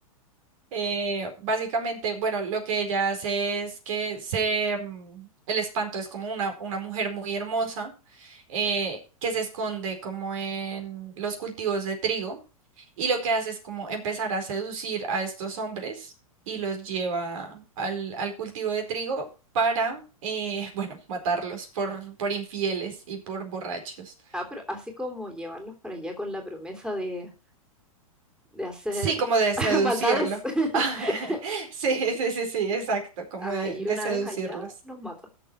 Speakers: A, on the right; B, in the centre.
A: Eh, básicamente, bueno, lo que ella hace es que se, mm, el espanto es como una, una mujer muy hermosa eh, que se esconde como en los cultivos de trigo y lo que hace es como empezar a seducir a estos hombres y los lleva al, al cultivo de trigo para, eh, <laughs> bueno, matarlos por, por infieles y por borrachos.
B: Ah, pero así como llevarlos para allá con la promesa de, de hacer
A: Sí, como de seducirlo.
B: <laughs> maldades. <laughs>
A: <laughs> Sí, sí, sí, sí, exacto, como
B: Ah,
A: de
B: y
A: de
B: una
A: seducirlos.
B: vez allá los mata.